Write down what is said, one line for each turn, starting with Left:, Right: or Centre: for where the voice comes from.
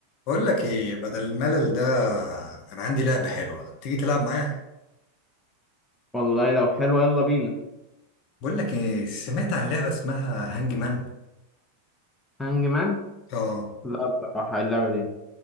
Left: بقول لك ايه بدل الملل ده انا عندي لعبة حلوة تيجي تلعب معايا
Centre: والله لو حلوة يلا بينا
Left: بقول لك ايه سمعت عن لعبة اسمها هانج مان
Centre: هانج مان
Left: اه
Centre: لا بصراحة اللعبة دي